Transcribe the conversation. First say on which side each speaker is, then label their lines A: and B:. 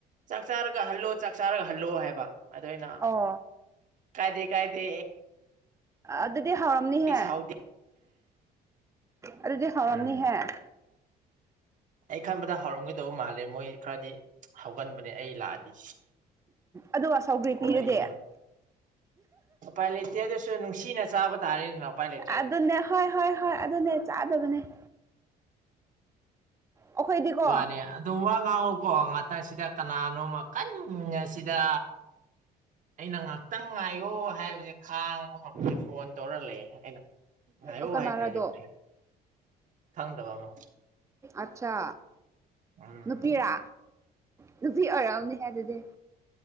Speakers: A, on the right (about 50°); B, on the right (about 15°).
A: ꯆꯥꯛ ꯆꯥꯔꯒ ꯍꯜꯂꯣ ꯆꯥꯛ ꯆꯥꯔꯒ ꯍꯜꯂꯣ ꯍꯥꯏꯕ ꯑꯗꯨꯗ ꯑꯩꯅ
B: ꯑꯣ
A: ꯀꯥꯏꯗꯦ ꯀꯥꯏꯗꯦ
B: ꯑꯗꯨꯗꯤ ꯍꯥꯎꯔꯝꯅꯤꯍꯦ
A: ꯑꯩ ꯁꯥꯎꯗꯦ
B: ꯑꯗꯨꯗꯤ ꯍꯥꯎꯔꯝꯅꯤꯍꯦ
A: ꯎꯝ
B: <inaudible>
A: ꯑꯩ ꯈꯟꯕꯗ ꯍꯥꯎꯔꯝꯈꯤꯗꯧꯕ ꯃꯥꯜꯂꯦ ꯃꯣꯏ ꯈꯔꯗꯤ ꯍꯧꯒꯟꯕꯅꯦ ꯑꯩ ꯂꯥꯛꯑꯗꯤ
B: ꯑꯗꯨꯒ ꯁꯧꯒ꯭ꯔꯤ ꯄꯤꯔꯗꯤ
A: ꯋꯥꯔꯤꯗꯣ ꯎꯄꯥꯏ ꯂꯩꯇꯦ ꯑꯗꯨꯁꯨ ꯅꯨꯡꯁꯤꯅ ꯆꯥꯕ ꯇꯥꯔꯦꯗꯅ ꯎꯄꯥꯏ ꯂꯩꯇ꯭ꯔꯦ
B: ꯑꯗꯨꯅꯦ ꯍꯣꯏ ꯍꯣꯏ ꯍꯣꯏ ꯑꯗꯨꯅꯦ ꯆꯥꯗꯕꯅꯦ ꯑꯩꯈꯣꯏꯗꯤꯀꯣ
A: ꯋꯥꯅꯦ ꯑꯗꯨꯝ ꯋꯥ ꯉꯥꯡꯉꯨꯀꯣ ꯉꯥꯛꯇꯪꯁꯤꯗ ꯀꯅꯥꯅꯣꯃ ꯀꯟ ꯑꯁꯤꯗ ꯑꯩꯅ ꯉꯥꯏꯍꯥꯛꯇꯪ ꯉꯥꯏꯌꯣ ꯍꯥꯏꯕꯁꯦ ꯈꯥꯡꯕ ꯉꯝꯦ ꯐꯣꯟ ꯇꯧꯔ ꯂꯩꯦ ꯑꯩꯅ ꯉꯥꯏꯌꯣ
B: ꯑꯣꯀ
A: ꯍꯥꯏꯈ꯭ꯔꯁꯤꯕꯨꯗꯤ
B: ꯅꯔꯗꯣ
A: ꯈꯪꯗꯕ ꯑꯃ
B: ꯑꯆꯥ
A: ꯎꯝ
B: ꯅꯨꯄꯤꯤꯔ ꯅꯨꯄꯤ ꯑꯔꯝꯅꯤ ꯍꯥꯏ ꯑꯗꯨꯗꯤ